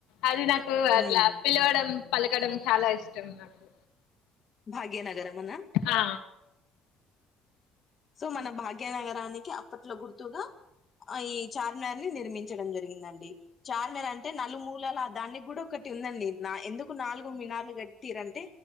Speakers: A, on the left; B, on the left.
A: అది నాకు అట్లా
B: ఉమ్,
A: పిలవడం పలకడం చాలా ఇష్టం నాకు
B: భాగ్యనగరమునా
A: ఆ
B: సో మన భాగ్యనగరానికి అప్పట్లో గుర్తుగా ఈ చార్మినార్ని నిర్మించడం జరిగిందండి చారమ్నర్ అంటే నలుమూలలు దానికి కూడా ఒక్కటి ఉందండి ఎందుకు నాలుగు మినార్లు కట్టిరంటే